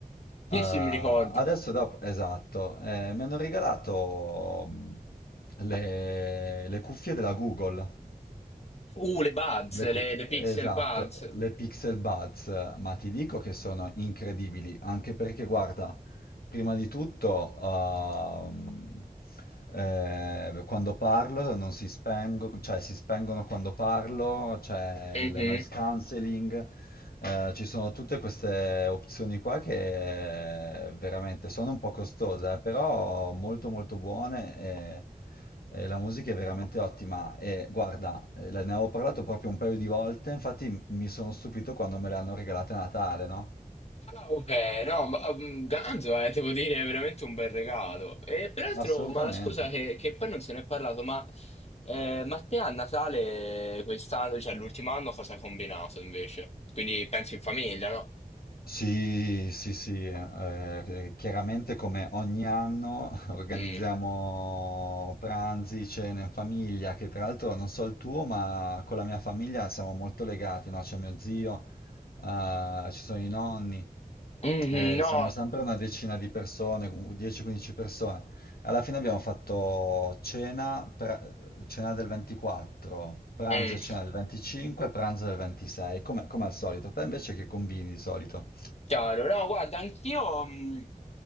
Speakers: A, on the left; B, on the left.
A: Eh,
B: Sì, sì, mi ricordo.
A: adesso, dopo, esatto, eh, mi hanno regalato mm, le, le cuffie della Google.
B: Uh, le Buds,
A: Le cuffie,
B: le, le Pixel
A: esatto,
B: Buds.
A: le Pixel Buds, ma ti dico che sono incredibili, anche perché guarda, prima di tutto, ehm, eh, quando parlo non si spengono, cioè si spengono quando parlo, c'è
B: Mhm.
A: il noise cancelling, eh, ci sono tutte queste opzioni qua che eh, veramente sono un po' costose, eh, però molto molto buone e, e la musica è veramente ottima. E guarda, eh, la- ne avevo parlato proprio un paio di volte, infatti mi sono stupito quando me le hanno regalate a Natale, no?
B: Ah, ok, no, ma mm, Ganzo, eh, devo dire, è veramente un bel regalo. E peraltro,
A: Assolutamente.
B: ma scusa che, che poi non se ne è parlato, ma, eh, ma te a Natale quest'anno, cioè l'ultimo anno, cosa hai combinato invece? Quindi penso in famiglia, no?
A: Sì, sì, sì, eh, eh, chiaramente come ogni anno <laughs> organizziamo
B: Mm.
A: pranzi, cene in famiglia, che tra l'altro non so il tuo, ma con la mia famiglia siamo molto legati, no? C'è mio zio, eh, ci sono i nonni,
B: Mhm,
A: eh,
B: no.
A: siamo sempre una decina di persone, 10-15 persone. Alla fine abbiamo fatto cena, pra- cena del 24, pranzo
B: Mm.
A: e cena del 25, pranzo del 26, come, come al solito. Te invece che combini di solito?
B: Chiaro, no, guarda, anch'io mh,